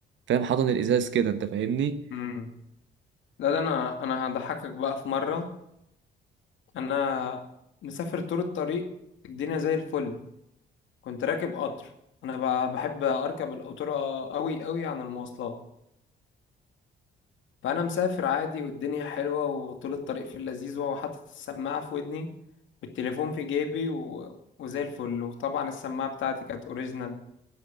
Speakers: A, on the right; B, on the left.
A: فاهم حضن الإزاز كده أنت فاهمني
B: امم لا ده انا انا هضحكك بقى في مرة انا مسافر طول الطريق الدنيا زي الفل كنت راكب قطر انا ب- بحب اركب القطورة قوي قوي عن المواصلات فانا مسافر عادي والدنيا حلوة وطول الطريق في اللذيذ وحاطط السماعة في ودني والتليفون في جيبي و... وزي الفل وطبعا السماعة بتاعتي كانت اوريجينال